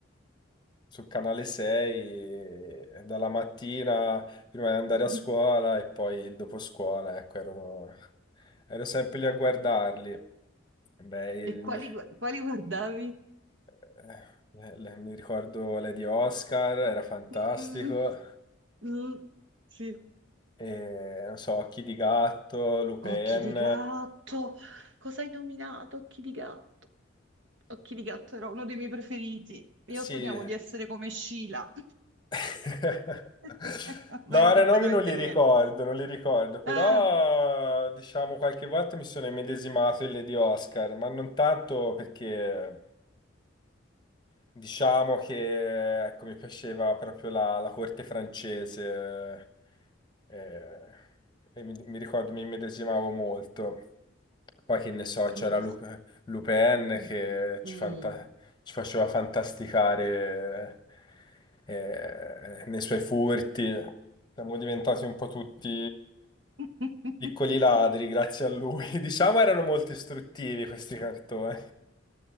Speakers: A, on the left; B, on the right.
A: su Canale 6, e dalla mattina prima di andare
B: <laughs>
A: a scuola e poi il dopo scuola, ecco, ero, ero sempre lì a guardarli. Beh, il
B: E quali,
A: mio
B: gu- quali guardavi?
A: Eh, le- le- mi ricordo Lady Oscar, era fantastico.
B: Mm, mm, sì.
A: E, non so, Occhi di gatto, Lupin.
B: Occhi di gatto. Cosa hai nominato? Occhi di gatto. Occhi di gatto era uno dei miei preferiti. Io
A: Sì.
B: sognavo di essere come Sheila,
A: <laughs>
B: <laughs> ma
A: No,
B: ero
A: ora
B: completamente
A: i nomi non li
B: diversa.
A: ricordo, non li ricordo, però
B: Ah,
A: diciamo qualche volta mi sono immedesimato in Lady Oscar, ma non tanto perché Diciamo che ecco, mi piaceva proprio la, la corte francese eh, e mi, mi ricordo mi immedesimavo molto. Poi che ne so,
B: dimmi
A: c'era
B: di
A: Lu-
B: sì.
A: Lupin
B: Mm.
A: che ci,
B: Mm.
A: fanta- ci faceva fantasticare eh, nei suoi furti. Siamo diventati un po' tutti
B: Eh,
A: piccoli ladri grazie a lui. <laughs> Diciamo erano molto istruttivi questi cartoni.